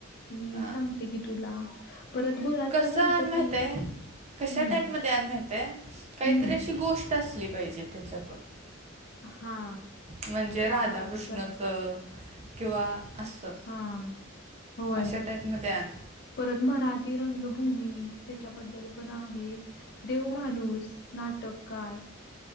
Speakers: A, on the left; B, on the right.
A: मी
B: हां
A: सांगते की, तुला. परत गुळाचा
B: कसं
A: गणपती.
B: आण माहित आहे कशा
A: हं,
B: टाईपमध्ये आण माहितय. काहीतरी,
A: हं.
B: अशी गोष्ट असली पाहिजे त्याच्यातून?
A: हां.
B: म्हणजे,
A: चालते
B: राधाकृष्णचं
A: की चल.
B: किंवा असं.
A: हा, होय.
B: अशा टाईपमध्ये आण
A: परत मराठी रंगभूमी. त्याच्याबद्दल पण आहे. देवमाणूस, नाटककार.